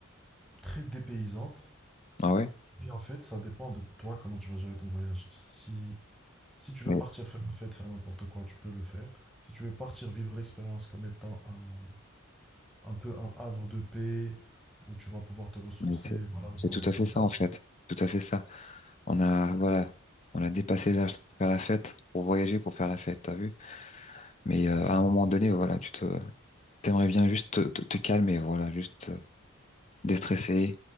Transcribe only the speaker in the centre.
très dépaysante.
Et en fait, ça dépend de toi comment tu vas gérer ton voyage. Si, si tu veux
partir faire la fête, faire n'importe quoi, tu peux le faire. Si tu veux partir vivre l'expérience comme étant un, un peu un havre de paix où tu vas pouvoir te ressourcer,
voilà, voir
des paysages.
Ok.